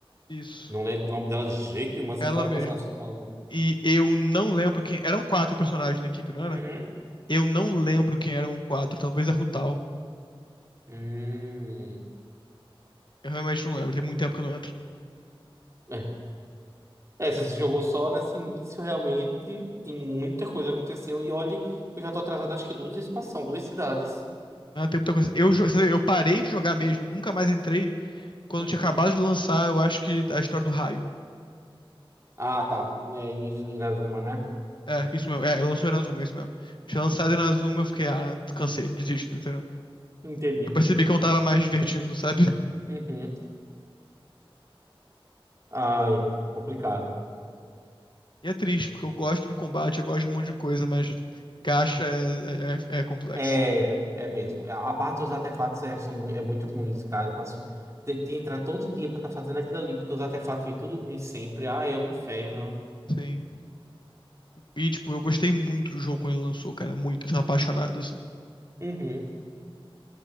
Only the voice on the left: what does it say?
isso.
Ela
mesmo.
E eu não lembro quem. Eram quatro personagens na equipe, não era?
Eu não lembro quem eram quatro, talvez a Rutal.
Eu realmente não lembro, tem muito tempo que eu não entro.
Ah, tem muita coisa. Eu, jo- você eu parei de jogar mesmo, nunca mais entrei. Quando
tinha acabado de lançar, eu acho que a história do raio.
É, isso mesmo. É, lançou Inazuma, é isso mesmo. Tinha lançado Inazuma, eu fiquei, ah, cansei, desisto, entendeu?
Eu
percebi que eu não tava mais divertindo, sabe? <laughs>
E é triste, porque eu gosto do combate, eu gosto de um monte de coisa, mas gacha é, é, é é complexo.
Sim. E, tipo, eu gostei muito do jogo quando ele lançou, cara. Muito. Eu tava apaixonado, assim.